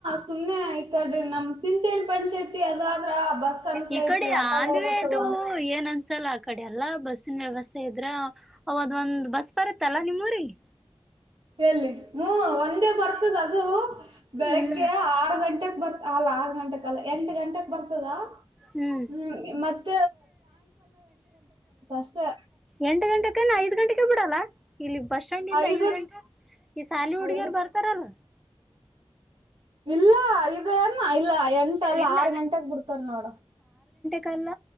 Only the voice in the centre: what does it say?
ಈ ಕಡೆ
ಆಂದ್ವೇ
ಇದು ಏನ್ ಅನ್ಸಲ್ಲ ಆ ಕಡಿ ಎಲ್ಲಾ ಬಸ್ಸಿನ ವ್ಯವಸ್ಥೆ ಇದ್ರೆ ಅವಾಗ ಒಂದ್ ಬಸ್ ಬರುತ್ತಲ್ಲ ನಿಮ್ಮೂರಿಗ್
ಹ್ಮ್
ಹ್ಮ್
ಎಂಟು ಗಂಟೆಕಲ್ಲ ಐದ್ ಗಂಟೆಗೆ ಬಿಡಲ್ಲ ಇಲ್ಲಿ ಬಸ್ ಸ್ಟ್ಯಾಂಡ್ ಇಂದ
ಐದ್ ಗಂಟೆಗೆ ಈ ಸಾಲಿ ಹುಡ್ಗಿಯರು
ಬರ್ತಾರಲ್ಲ.
ಇಲ್ಲ
ಕಲ್ಲ